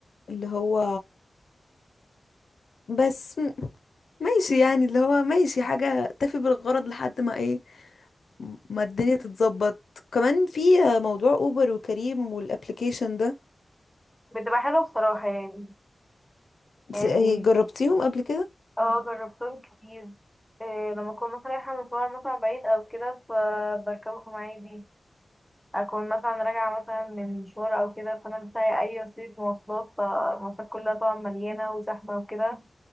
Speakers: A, on the left; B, in the centre.
A: اللي هو بس ماشي يعني اللي هو ماشي حاجة تفي بالغرض لحد ما ايه ما الدنيا تتظبط كمان في موضوع اوبر وكريم والابليكيشن ده
B: بتبقى حلوة بصراحة يعني يعني
A: س- جربتيهم قبل كده
B: اه جربتهم كتير إيه لما أكون مثلا رايحة مشوار مثلا بعيد أو كده فبركبهم عادي أكون مثلا راجعة مثلا من مشوار أو كده فأنا مش لاقي أي وسيلة مواصلات فالمواصلات كلها طبعا مليانة وزحمة وكده